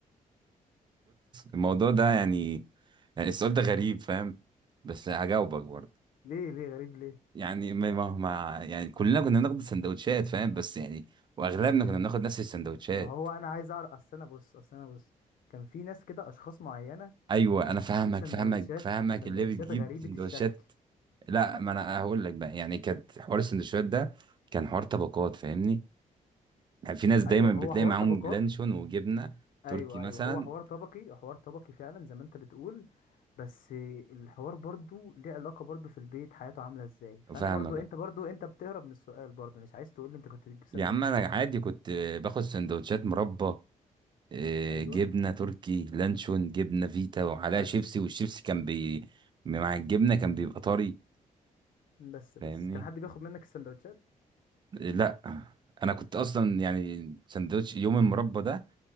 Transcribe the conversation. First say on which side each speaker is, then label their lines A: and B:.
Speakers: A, on the right; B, on the left.
A: الموضوع ده يعني يعني السؤال ده غريب فاهم بس هجاوبك برضو
B: ليه ليه غريب ليه
A: يعني ما ما ما- يعني كلنا كنا بناخد السندوتشات فاهم بس يعني واغلبنا
B: يعني
A: كنا بناخد نفس السندوتشات
B: ما هو انا عايز اعرف اصل انا بص اصل انا بص كان في ناس كده اشخاص معينه
A: ايوه
B: كانت
A: انا فاهمك
B: بتجيب سندوتشات
A: فاهمك فاهمك
B: سندوتشات
A: اللي بتجيب
B: غريبه
A: سندوتشات
B: الشكل
A: لا ما انا هقول لك بقى يعني كانت حوار السندوتشات ده كان حوار طبقات فاهمني يعني في ناس دايما
B: ايوه هو
A: بتلاقي
B: حوار
A: معاهم
B: طبقات
A: لانشون وجبنه
B: ايوه
A: تركي مثلا
B: ايوه هو حوار طبقي حوار طبقي فعلا زي ما انت بتقول بس الحوار برضو ليه علاقة برضو في البيت حياته عاملة ازاي فانا
A: فاهمك
B: برضو انت برضو انت بتهرب من السؤال برضو مش عايز تقول لي انت كنت بتجيب سندوتشات
A: يا عم انا
B: ايه
A: عادي كنت باخد سندوتشات مربى آه،
B: ايوه
A: جبنه تركي لانشون جبنه فيتا وعليها
B: بس
A: شيبسي والشيبسي كان بي مع الجبنه كان بيبقى طري
B: بس بس
A: فاهمني
B: كان حد بياخد منك السندوتشات
A: لا انا كنت اصلا يعني سندوتش يوم المربى ده